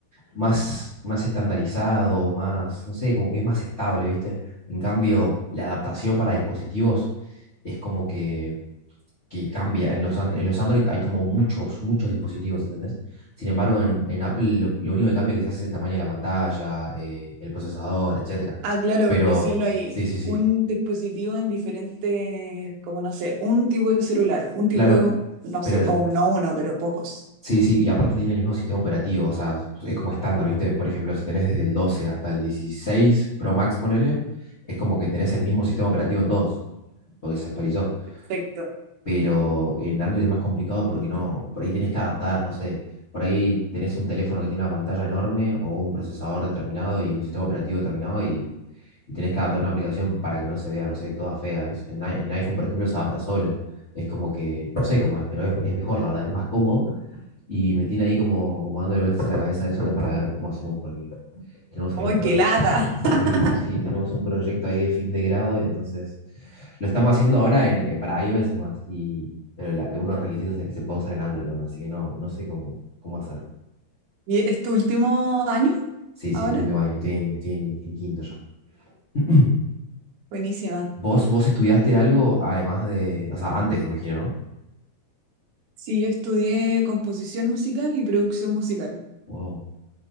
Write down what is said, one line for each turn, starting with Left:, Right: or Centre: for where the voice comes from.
Left: más, más estandarizado, más, no sé, como que es más estable, ¿viste? En cambio, la adaptación para dispositivos es como que, que cambia. En los, an- en los Android hay como muchos, muchos dispositivos, ¿entendés? Sin embargo,
Right: Mm.
Left: en, en Apple lo, lo único que cambia quizás es el tamaño de la pantalla, eh, el procesador, etcétera.
Right: Ah, claro,
Left: Pero,
Right: porque solo hay
Left: sí, sí, sí.
Right: un dispositivo en diferentes, como no sé, un tipo de celular, un tipo
Left: Claro,
Right: de, com- no
Left: pero
Right: sé, o no uno, pero pocos.
Left: Sí, sí, y aparte tiene el mismo sistema operativo, o sea, es como estándar, ¿viste? Por ejemplo, si tenés desde el 12 hasta el 16 Pro Max, ponele, es como que tenés el mismo sistema operativo en todos, porque se actualizó
Right: Perfecto.
Left: pero en Android es más complicado porque no, por ahí tenés que adaptar, no sé, por ahí tenés un teléfono que tiene una pantalla enorme o un procesador determinado y un sistema operativo determinado y, y tenés que adaptar una aplicación para que no se vea, no sé, toda fea, ¿ves? En, i- en iPhone, por ejemplo, se adapta solo. Es como que, no sé cómo es, pero es, es mejor, la verdad, es más cómodo. Y me tiene ahí como, como dándole vueltas a la cabeza eso de para ver cómo hacemos, porque tenemos ahí
Right: ¡Ay,
Left: un proyecto.
Right: qué lata! <laughs>
Left: Sí, sí, sí, tenemos un proyecto ahí de fin de grado, y entonces lo estamos haciendo ahora en, eh, para iOS nomás, y, pero la- uno de los requisitos es que se pueda usar en Android nomás, así que no, no sé cómo, cómo hacer.
Right: ¿Y es tu último año
Left: Sí,
Right: ahora?
Left: sí, es mi último año, estoy en, estoy en, en quinto ya. <clears throat>
Right: Buenísima.
Left: ¿Vos, vos estudiaste algo además de, o sea, antes, imagino, ¿no?
Right: Sí, yo estudié composición musical y producción musical
Left: Wow.